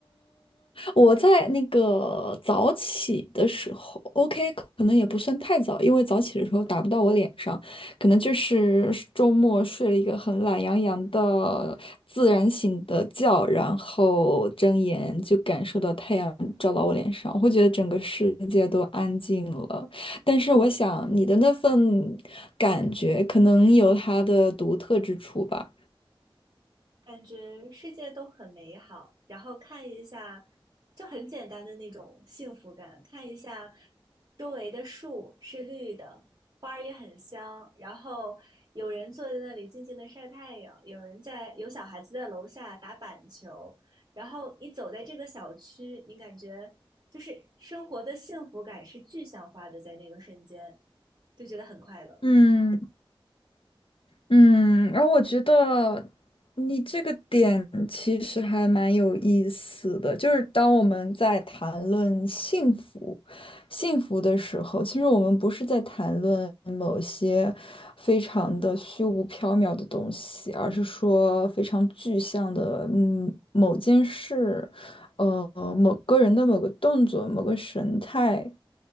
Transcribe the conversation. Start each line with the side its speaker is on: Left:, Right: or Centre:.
Left: 我在那个早起的时候，OK，可能也不算太早，因为早起的时候打不到我脸上，可能就是周末睡了一个很懒洋洋的自然醒的觉，然后睁眼就感受到太阳照到我脸上，我会觉得整个世界都安静了。但是我想你的那份感觉可能有它的独特之处吧。
Right: 感觉世界都很美好，然后看一下，就很简单的那种幸福感，看一下周围的树是绿的，花儿也很香，然后有人坐在那里静静的晒太阳，有人在，有小孩子在楼下打板球，然后你走在这个小区，你感觉就是生活的幸福感是具象化的，在那个瞬间就觉得很快乐。
Left: 嗯。嗯，然后我觉得你这个点其实还蛮有意思的，就是当我们在谈论幸福、幸福的时候，其实我们不是在谈论某些非常的虚无缥缈的东西，而是说非常具象的，嗯，某件事，呃，某个人的某个动作、某个神态、